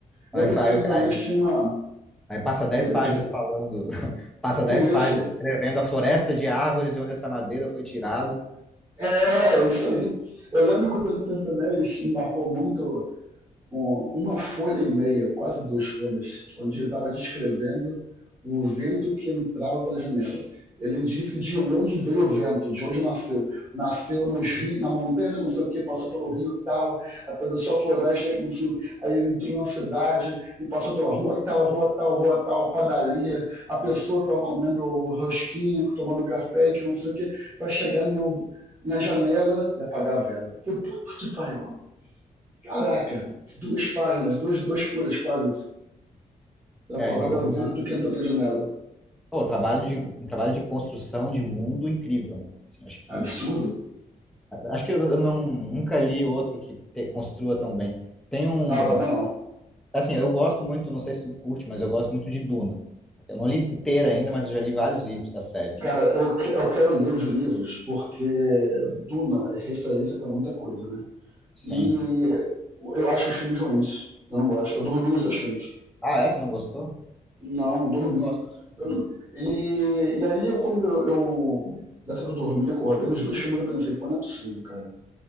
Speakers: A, on the right; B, in the centre.
A: Lembra
B: Aí, fa-
A: que Senhor
B: aí,
A: dos Anéis
B: aí
A: tinha uma...
B: aí passa 10
A: Fica,
B: páginas
A: diga.
B: falando, <laughs> passa dez
A: E
B: páginas
A: isso.
B: escrevendo a floresta de árvores de onde essa madeira foi tirada.
A: É, é isso aí. Eu lembro quando ele Senhor dos Anéis me marcou muito um- uma folha e meia, quase duas folhas, onde ele estava descrevendo o vento que entrava pela janela. Ele disse de onde veio o vento, de onde nasceu. Nasceu nos rios, na montanha, de não sei o que, passou pelo rio tal, atravessou a floresta, que não sei, o quê, aí entrou na cidade e passou pela rua tal, rua tal, rua tal, a padaria, a pessoa tal comendo rosquinha, tomando café, que não sei o que, para chegar no, na janela e apagar a vela. Eu falei, puta que pariu, mano. Caraca, duas páginas, duas, duas folhas quase, pra
B: É,
A: falar do
B: uma,
A: vento que entra pela janela.
B: Pô, um trabalho de, um trabalho de construção de mundo incrível, né? Assim, acho
A: Absurdo.
B: que acho que eu eu não nunca li outro que te- construa tão bem. Tem um,
A: Ah, eu também não.
B: assim, eu gosto muito, não sei se tu curte, mas eu gosto muito de Duna. Eu não li inteira ainda, mas eu já li vários livros da série, né?
A: Cara, eu, que- eu quero ler os livros porque Duna é referência pra muita coisa, né?
B: Sim.
A: E eu acho os filmes ruins. Eu não gosto. Eu dormi nos dois filmes.
B: Ah, é? Tu não gostou?
A: Não, dormi.
B: Eu gosto dos filmes.
A: Eu- não- e, e aí, eu, quando eu, eu. Dessa que eu dormi, acordei nos dois filmes, eu pensei, pô, não é possível, cara.